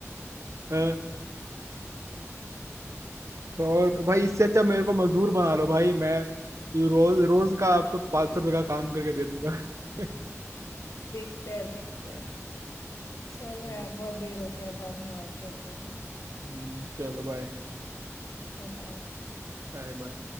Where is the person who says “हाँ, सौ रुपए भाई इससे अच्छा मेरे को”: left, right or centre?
Right